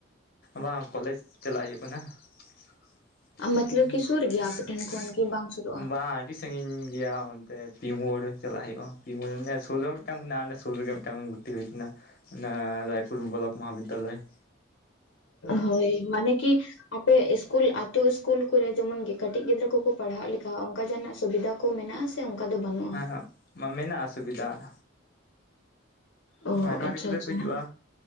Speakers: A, on the left; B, on the left.
A: ᱵᱟᱝ ᱠᱚᱞᱮᱡᱽ ᱪᱟᱞᱟᱜ ᱦᱩᱭᱩᱜ ᱠᱟᱱᱟ ᱾ <unintelligible>
B: ᱢᱚᱛᱞᱚᱵ ᱠᱤ ᱥᱩᱨ ᱜᱮᱭᱟ ᱟᱯᱮ ᱴᱷᱮᱱ ᱠᱷᱚᱱ ᱜᱮ ᱵᱟᱝ ᱥᱩᱨᱩᱜᱼᱟ
A: ᱟᱹᱰᱤ ᱥᱟᱺᱜᱤᱧ ᱜᱮᱭᱟ ᱚᱱᱛᱮ ᱯᱤᱢᱳᱲ ᱪᱟᱞᱟᱜ ᱦᱩᱭᱩᱜᱼᱟ ᱯᱤ ᱢᱳᱲ ᱥᱩᱨ ᱨᱮ ᱢᱤᱫᱴᱟᱝ ᱢᱮᱱᱟᱜᱼᱟ ᱚᱱᱟ ᱥᱩᱨ ᱨᱮᱜᱮ ᱢᱤᱫᱴᱟᱝ ᱵᱷᱩᱨᱛᱤ ᱦᱩᱭ ᱟᱠᱟᱱᱟ ᱚᱱᱟ ᱨᱟᱭᱯᱩᱨ ᱵᱞᱚᱠ ᱢᱚᱦᱟ ᱵᱤᱫᱽᱫᱟᱞᱚᱭ ᱾
B: ᱦᱚᱭ ᱢᱟᱱᱮ ᱠᱤ ᱟᱯᱮ ᱤᱥᱠᱩᱞ ᱟᱛᱩ ᱤᱥᱠᱩᱞ ᱠᱚᱨᱮ ᱡᱮᱢᱚᱱ ᱠᱟᱹᱴᱤᱡ ᱜᱤᱫᱽᱨᱟᱹ ᱠᱚᱠᱚ ᱯᱟᱲᱦᱟᱜ ᱞᱮᱠᱟ ᱚᱱᱠᱟ ᱡᱟᱦᱟᱱᱟᱜ ᱥᱩᱵᱤᱫᱷᱟ ᱠᱚ ᱢᱮᱱᱟᱜᱼᱟ ᱥᱮ ᱚᱱᱠᱟ ᱫᱚ ᱵᱟᱹᱱᱩᱜ?
A: ᱦᱮᱸ ᱦᱚᱸ ᱢᱮᱱᱟᱜᱼᱟ ᱥᱩᱵᱤᱫᱷᱟ ᱾
B: ᱚ
A: ᱟᱭᱢᱟ
B: ᱟᱪᱪᱷᱟ
A: ᱜᱤᱫᱽᱨᱟᱹ
B: ᱟᱪᱪᱷᱟ
A: ᱠᱚ ᱦᱤᱡᱩᱜᱼᱟ